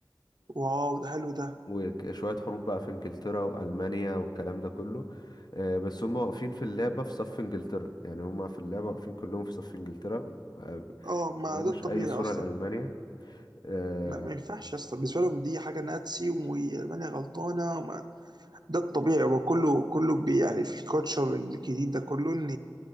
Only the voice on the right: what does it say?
واو ده حلو ده
اه ما
ده الطبيعي
اصلا
ما, ما ينفعش يا اسطى بالنسبه لهم دي حاجه ناتسي وماني غلطانه ده الطبيعي هو كله كله بي يعني في الكوتشر الجديد ده كله ان